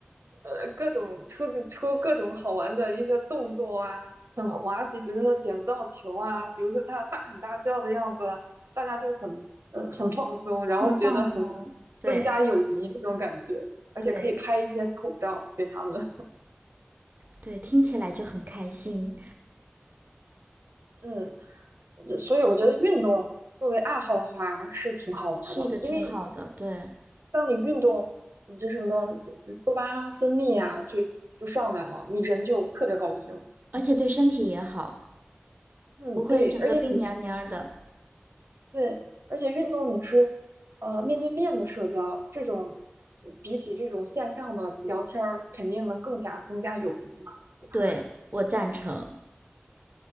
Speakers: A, on the right; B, on the right.
A: 呃，各种出自出各种好玩的一些动作啊，很滑稽，比如说他捡不到球啊，比如说他大喊大叫的样子，大家就很嗯呃很放松，然后觉得很
B: 很放松。对
A: 增加友谊这种感觉，而且可以拍一些丑照给他们。
B: 对对，听起来就很开心，
A: <laughs> 嗯，所以我觉得运动作为爱好的话是挺好玩的，
B: 是一个挺好的，
A: 因为
B: 对，
A: 当你运动，你这什么多巴胺分泌啊，就就上来了，你人就特别高兴。
B: 而且对身体也好，
A: 嗯，
B: 不会整个病蔫蔫儿的。
A: 对，而且你对，而且运动你是呃面对面的社交，这种比起这种线上的聊天儿，肯定能更加增加友谊嘛，对吧？
B: 对，我赞成。